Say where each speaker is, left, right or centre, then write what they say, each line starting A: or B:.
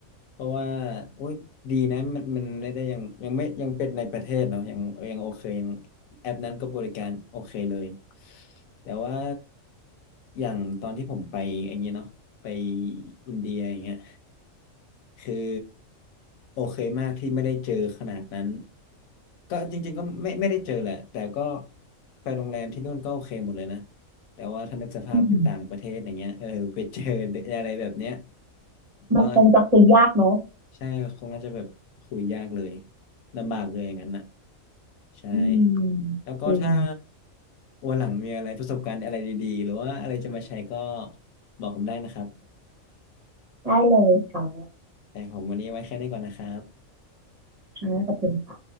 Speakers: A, on the left; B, on the right.
A: เพราะว่าโอ๊ยดีนะมันมันไม่ได้ยังยังไม่ยังเป็นในประเทศเนาะยังยังโอเคยังแอปนั้นก็บริการโอเคเลยแต่ว่าอย่างตอนที่ผมไปอย่างเงี้ยเนาะไปอินเดียอย่างเงี้ยคือโอเคมากที่ไม่ได้เจอขนาดนั้นก็จริงๆก็ไม่ไม่ได้เจอแหละแต่ก็ไปโรงแรมที่นู่นก็โอเคหมดเลยนะแต่ว่าถ้านึกสภาพอยู่ต่างประเทศอย่างเงี้ยเออไปเจอ
B: อืม
A: อะไรแบบเนี้ยก็
B: มันคงจะคุยยากเนอะ
A: ใช่ คงน่าจะแบบคุยยากเลยลำบากเลยอย่างนั้นน่ะใช่
B: อืม
A: แล้วก็ถ้า
B: จริง
A: วันหลังมีอะไรประสบการณ์อะไรดีๆ หรือว่าอะไรจะมาแชร์ก็บอกผมได้นะครับ
B: ได้เลยค่ะ
A: แต่ผมวันนี้ไว้แค่นี้ก่อนนะครับ
B: ค่ะขอบคุณค่ะ